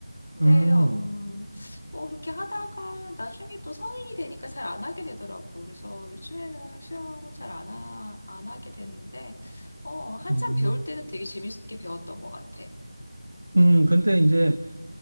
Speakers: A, on the left; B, on the right.
A: 근데,
B: 음,
A: 음, 뭐, 그렇게 하다가 나중에 또 성인이 되니까 잘 안 하게 되더라고. 그래서 요즘에는 수영을 잘 안 하, 안 하게 되는데, 어, 한참
B: 음.
A: 배울 때는 되게 재밌게 배웠던 것 같아.
B: 음, 근데 이제